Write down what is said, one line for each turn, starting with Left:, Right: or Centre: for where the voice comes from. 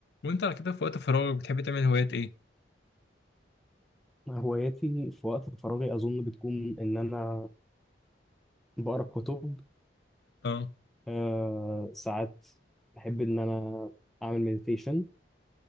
Left: وانت على كده في وقت فراغك بتحب تعمل هوايات ايه؟
Centre: هواياتي في وقت فراغي أظن بتكون إن أنا بقرأ كتب
Left: اه
Centre: آه ساعات بحب إن أنا أعمل مديتيشن